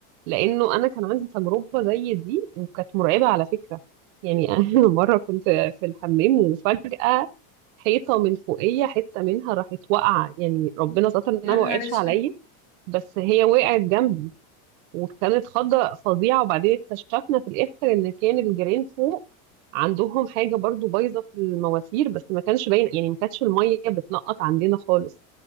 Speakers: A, on the right; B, on the left.
A: لانه انا كان عندي تجربه زي دي وكانت مرعبه على فكره يعني <laughs> انا مره كنت في الحمام وفجاه حيطه من فوقيه حته منها راحت واقعه يعني ربنا ستر
B: يا
A: انها
B: نهار
A: ما وقعتش
B: اسود
A: عليا بس هي وقعت جنبي وكانت خضة فظيعة وبعدين اكتشفنا في الآخر إن كان الجيران فوق عندهم حاجة برضو بايظة في المواسير بس ما كانش باين يعني ما كانتش المية بتنقط عندنا خالص